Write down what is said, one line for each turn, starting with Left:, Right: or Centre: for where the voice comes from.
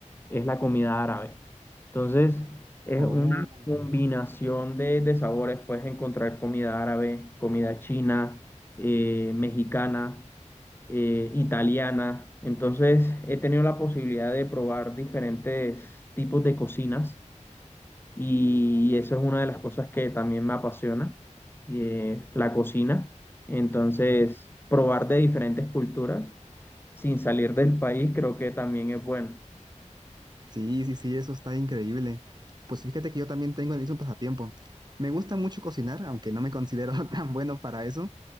Left: es la comida árabe. Entonces, es
Right: Oh,
Left: una combinación de, de sabores. Puedes encontrar comida árabe, comida china, eh, mexicana, eh, italiana. Entonces, he tenido la posibilidad de probar diferentes tipos de cocinas y eso es una de las cosas que también me apasiona, eh, la cocina. Entonces,
Right: ujú.
Left: probar de diferentes culturas sin salir del país creo que también es bueno.
Right: Sí, sí, sí, eso está increíble. Pues fíjate que yo también tengo el mismo pasatiempo. Me gusta mucho cocinar, aunque no me considero <laughs> tan bueno para eso,